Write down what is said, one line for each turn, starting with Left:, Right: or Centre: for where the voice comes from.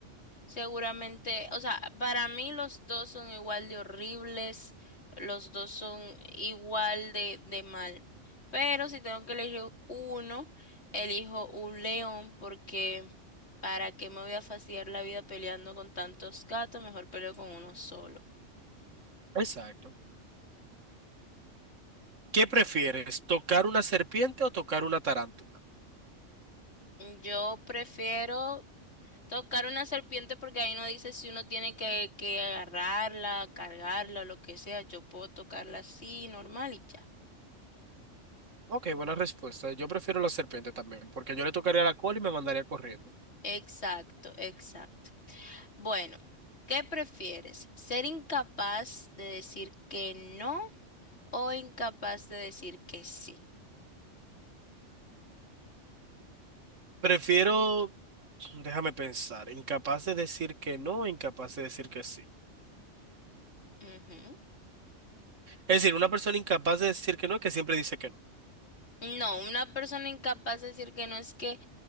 Left: seguramente, o sea, para mí los dos son igual de horribles, los dos son igual de, de mal, pero si tengo que elegir uno, elijo un león porque para qué me voy a fastidiar la vida peleando con tantos gatos, mejor peleo con uno solo.
Right: Exacto. ¿Qué prefieres, tocar una serpiente o tocar una tarántula?
Left: Yo prefiero Tocar una serpiente porque ahí no dice si uno tiene que, que agarrarla, cargarla o lo que sea. Yo puedo tocarla así, normal y ya.
Right: Ok, buena respuesta. Yo prefiero la serpiente también, porque yo le tocaría la cola y me mandaría corriendo.
Left: Exacto, exacto. Bueno, ¿qué prefieres? ¿Ser incapaz de decir que no o incapaz de decir que sí?
Right: Prefiero, déjame pensar, incapaz de decir que no, incapaz de decir que sí.
Left: Ujú.
Right: Es decir, una persona incapaz de decir que no, que siempre dice que no.
Left: No, una persona incapaz de decir que no es que